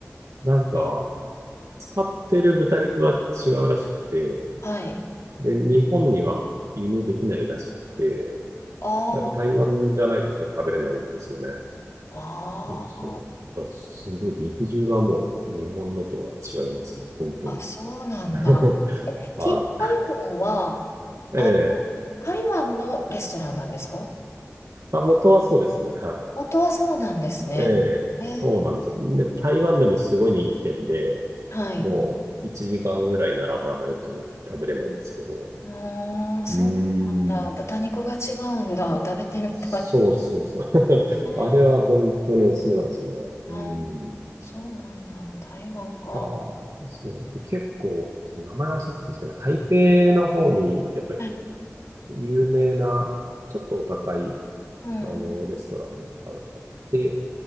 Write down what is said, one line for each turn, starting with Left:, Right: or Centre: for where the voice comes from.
Right: なんか、
Left: え、
Right: 使ってる豚肉が違うらしくて、
Left: はい。
Right: で、日本には輸入できないらしくて、
Left: ああ。
Right: やっぱ台湾じゃないとそれ食べれないんですよね。
Left: あ
Right: そうそう。だからすごい肉汁はもう日本のとは違いますね。本当に。
Left: あ、あ、そうなんだ。
Right: <laughs>
Left: え、
Right: は
Left: ティータイフォンは、
Right: い。
Left: あ、
Right: ええ。
Left: 台湾のレストランなんですか
Right: あ、元はそうですね。はい。
Left: 元はそうなんですね。
Right: ええ、
Left: えー、
Right: そうなんです。で、台湾でもすごい人気店で、
Left: はい。
Right: もう1時間ぐらい並ばないと食べれないんですけど。
Left: うーん、そうなんだ。
Right: うーん。
Left: 豚肉が違うんだ。食べてみたい。
Right: そうそうそう。<laughs>
Left: ね
Right: あれは本当におすすめなんですよね。うー
Left: あうんそうなんだ。
Right: ん。
Left: 台湾か。
Right: ああ、そう。で、結構、ちょっと名前は忘れてたんですけど、台北の方に、やっぱり
Left: はい。
Right: 有名な、ちょっとお高い、
Left: うん。
Right: あの、
Left: う
Right: レストランがあって、